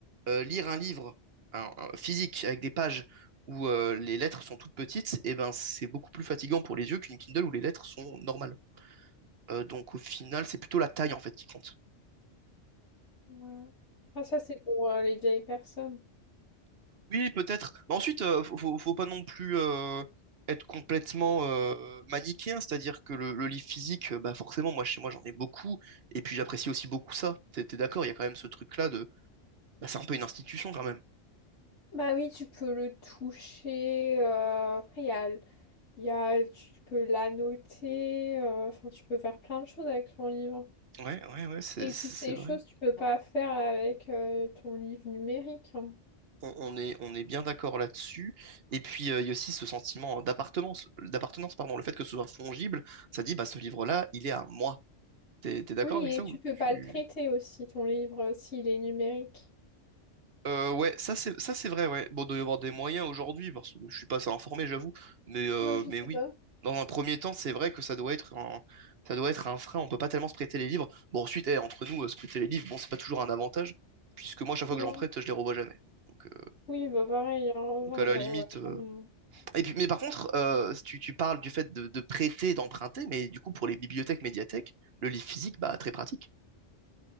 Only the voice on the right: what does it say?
Euh, lire un livre un- un physique avec des pages où euh, les lettres sont toutes petites, et ben, c'est beaucoup plus fatigant pour les yeux qu'une Kindle où les lettres sont normales. Euh, donc au final, c'est plutôt la taille en fait qui compte.
Oui, peut-être. Mais ensuite, euh, faut, faut faut pas non plus euh, être complètement euh, manichéen, c'est-à-dire que le, le livre physique, euh, bah forcément, moi chez moi j'en ai beaucoup, et puis j'apprécie aussi beaucoup ça. T'es, t'es d'accord, il y a quand même ce truc-là de, bah, c'est un peu une institution quand même.
Ouais, ouais, ouais, c'est,
c'est
c'est vrai.
On, on est, on est bien d'accord là-dessus. Et puis euh, il y a aussi ce sentiment d'appartenance, d'appartenance, pardon, le fait que ce soit fongible, ça dit, bah ce livre-là, il est à moi. T'es, t'es d'accord
avec ça
ou
tu
Euh, ouais, ça c'est ça c'est vrai, ouais. Bon, il doit y avoir des moyens aujourd'hui, parce que je suis pas assez informé, j'avoue, mais, euh,
mais
oui.
Dans un premier temps, c'est vrai que ça doit être un, ça doit être un frein, on peut pas tellement se prêter les livres. Bon, ensuite, eh, entre nous, euh, se prêter les livres, bon, c'est pas toujours un avantage, puisque moi, chaque fois que
j'en prête, je les revois jamais. Donc, euh,
donc, à
la
limite.
euh,
Et puis, mais par contre, euh, tu, tu parles du fait de, de prêter, d'emprunter, mais du coup, pour les bibliothèques, médiathèques, le livre physique, bah, très pratique.